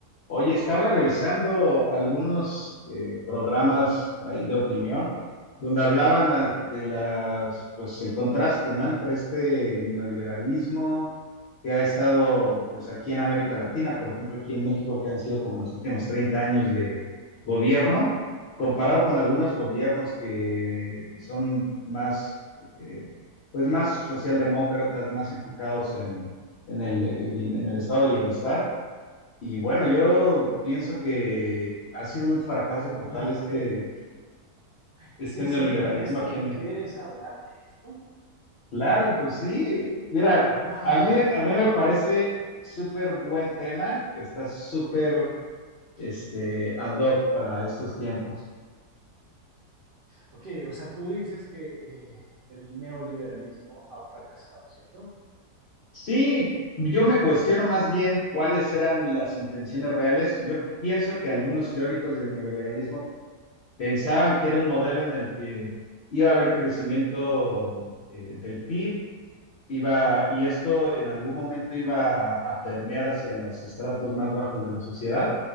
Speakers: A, on the left (about 70°); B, on the right (about 80°).
A: Oye, estaba revisando algunos eh, programas ahí de opinión donde hablaban la- de las, pues el contraste, ¿no? Entre este neoliberalismo que ha estado, pues aquí en América Latina, por ejemplo, aquí en México, que han sido como los últimos 30 años de gobierno, comparado con algunos gobiernos que son más, eh, pues más socialdemócratas, más enfocados en, en el, eh, bien- en el estado de bienestar y bueno, yo pienso que ha sido un fracaso total
B: No
A: este,
B: te...
A: este
B: ¿Es en
A: neoliberalismo
B: serio, Ernesto,
A: aquí
B: que
A: en México.
B: quieres hablar de esto?
A: Claro, pues sí. Mira,
B: Wow.
A: a mí, a mí me parece súper buen tema que está súper este, ad hoc para estos tiempos.
B: Ok, o sea, tú dices que eh, el neoliberalismo ha fracasado, ¿cierto?
A: Sí, yo me cuestiono más bien cuáles eran las intenciones reales. Yo pienso que algunos teóricos del neoliberalismo pensaban que era un modelo en el que iba a haber crecimiento eh, del PIB iba, y esto en algún momento iba a permear hacia los estratos más bajos de la sociedad,